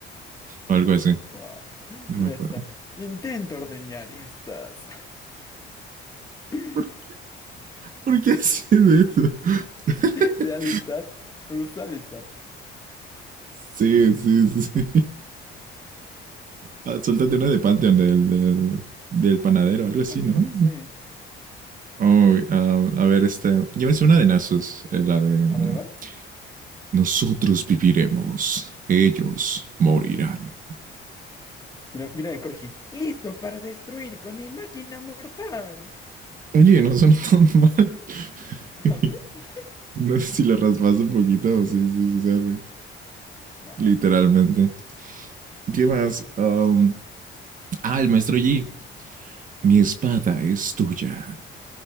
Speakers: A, on the right; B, on the left.
A: O algo así.
B: Wow.
A: No
B: Mira
A: me acuerdo.
B: esta. Intento ordeñar estas. <laughs>
A: ¿Por, por qué hace eso? <laughs>
B: De alistar. Me gusta alistar.
A: sí, sí, sí. Ah, suéltate una de Pantheon del, del, del panadero, algo
B: De
A: así,
B: Pantheon
A: ¿no?
B: no me sé.
A: Oh, ah, a ver, este. Llévense una de Nasus, eh, la de. mm,
B: A ver, a ver.
A: Nosotros viviremos, ellos morirán.
B: Mira, mira de Corgi. Listo para destruir con mi máquina mortal.
A: Oye, no son tan mal.
B: <laughs>
A: <laughs>
B: ¿Ah, sí?
A: no sé si le raspas un poquito, sí, sí, sí, sale.
B: Nice.
A: Literalmente. ¿Qué más? Um, ah, el maestro Yi. Mi espada es tuya.